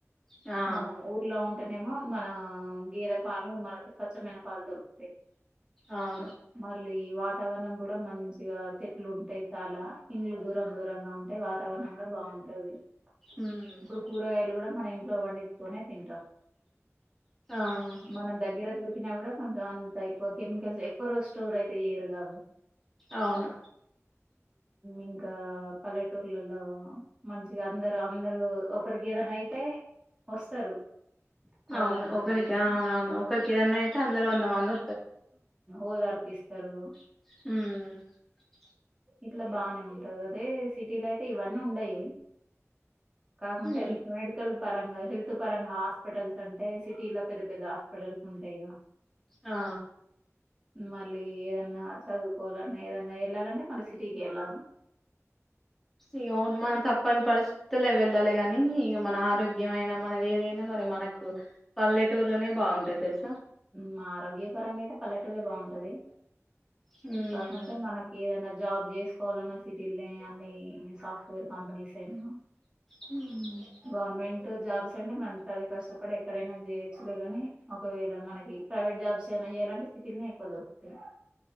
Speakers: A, in the centre; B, on the right.
A: ఆ!
B: మనం ఊర్లో ఉంటానేమో. మన గేదె పాలు మనకు స్వచ్చమైన పాలు దొరుకుతాయి.
A: అవును.
B: మళ్ళీ. వాతావరణం గుడా మం గా చెట్లు ఉంటాయి చాలా ఇండ్లు దూరం దూరంగా ఉంటాయి వాతావరణం కూడా బాగుంటది.
A: హ్మ్.
B: ఇప్పుడు కూరగాయలు కూడా మన ఇంట్లో పండించుకొనే తింటాం.
A: ఆహా!
B: మన దగ్గర దొరికినా గుడా కొంచం అంత ఎక్కువ కెమికల్స్ ఎక్కువ రో స్టోర్ అయితే చేయరు అవి
A: అవును.
B: ఇంకా పల్లెటూర్లలో మంచిగా అందరు అందరు ఒకరికి ఏదన్న అయితే వస్తారు అడగడానికి
A: అవును ఒకరికి
B: గాని
A: అవునవును ఒకరికి ఏదన్నా అయితే అందరు వంద మంది
B: ఓదార్పు ఇస్ తరు
A: మ్
B: ఇట్ల బానే ఉంటది. అదే సిటీలో అయితే ఇవన్నీ ఉండయి కాకుంటే
A: ఇగ
B: మెడికల్ పరంగా హెల్త్ పరంగా హాస్పిటల్స్ అంటే సిటీలో పెద్ద పెద్ద హాస్పిటల్స్ ఉంటాయిగా
A: ఆ
B: మళ్ళీ ఏదన్నా చదువుకోవాలన్నా ఏదన్నా వెళ్ళాలంటే మళ్ళీ సిటీకే వెళ్ళాలి
A: ఇగ అవును మనం తప్పని పరిస్థితులే వెళ్ళాలి గాని ఇక మన ఆరోగ్యమైన మనది ఏదైనా మరి మనకు పల్లెటూర్లనే బాగుంటది తెల్సా
B: మ్ ఆరోగ్య పరంగా అయితే పల్లెటూరే బాగుంటది
A: హ్మ్.
B: కాకుంటే మనకి ఏదన్న జాబ్ చేస్కోవాలన్న సిటీల్ అన్ని సాఫ్ట్వేర్ కంపెనీస్ అయినా
A: హ్మ్.
B: గవర్మెంట్ జాబ్స్ అంటే మనం చదివి కష్టపడి ఎక్కడైనా చేయొచ్చులేగానీ ఒకవేళ మనకి ప్రైవేట్ జాబ్స్ ఏమైనా చేయాలంటే సిటీల్నే ఎక్కువ దొరుకుతాయి.